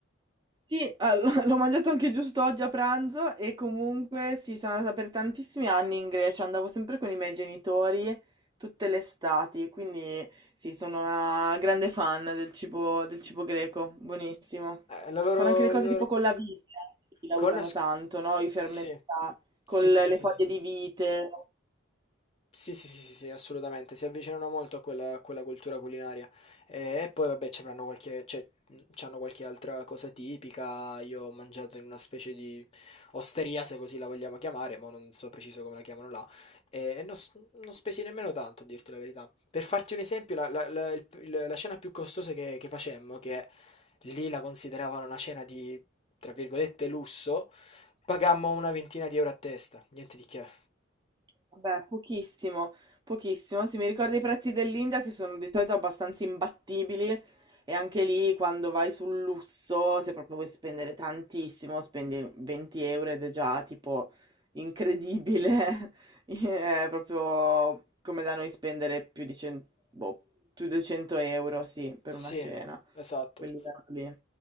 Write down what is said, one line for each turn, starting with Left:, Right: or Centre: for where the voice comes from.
Right: Sì, ah, <laughs> l- l'ho mangiato anche giusto oggi a pranzo e comunque sì, sono andata per tantissimi anni in Grecia, andavo sempre con i miei genitori tutte le estati, quindi sì, sono una grande fan del cibo, del cibo greco, buonissimo.
Left: Eh, La loro,
Right: Fanno anche le cose
Left: la
Right: tipo
Left: loro-
Right: con la vite, la
Left: Con
Right: usano
Left: la... s-
Right: tanto, no? I fermentati,
Left: Sì,
Right: con
Left: sì, sì,
Right: le
Left: sì,
Right: le
Left: sì,
Right: foglie
Left: sì. sì.
Right: di vite.
Left: Sì, sì, sì, sì, sì, assolutamente, si avvicinano molto a quella, a quella cultura culinaria. Eh, E, poi, vabbè, ci avranno qualche, cioè, mh, c'hanno qualche altra cosa tipica. Io ho mangiato in una specie di osteria, se così la vogliamo chiamare, ma non so preciso come la chiamano là. E, e non, s- non spesi nemmeno tanto, a dirti la verità. Per farti un esempio, la, la- la- il- il- la cena più costosa che, che facemmo, che lì la consideravano una cena di, tra virgolette, lusso, pagammo una ventina di euro a testa, niente di che.
Right: Vabbè, pochissimo, pochissimo. Sì, mi ricordo i prezzi dell'India che sono di solito abbastanza imbattibili e anche lì quando vai sul lusso, se proprio vuoi spendere tantissimo, spendi 20 euro ed è già tipo incredibile. <laughs> È proprio come da noi spendere più di 100, boh, più di 200 euro, sì, per
Left: Sì,
Right: una cena,
Left: esatto.
Right: quel livello lì.